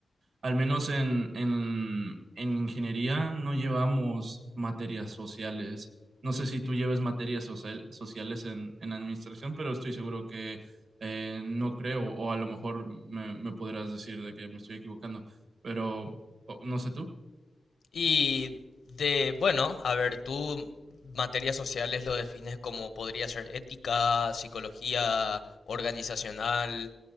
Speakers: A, on the right; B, on the left.
A: Al menos en, en, en ingeniería no llevamos materias sociales. No sé si tú lleves materias social- sociales en, en administración, pero estoy seguro que eh, no creo, o a lo mejor me, me podrás decir de que me estoy equivocando, pero o- no sé tú.
B: Y de, bueno, a ver, tú materias sociales lo defines como podría ser ética, psicología organizacional,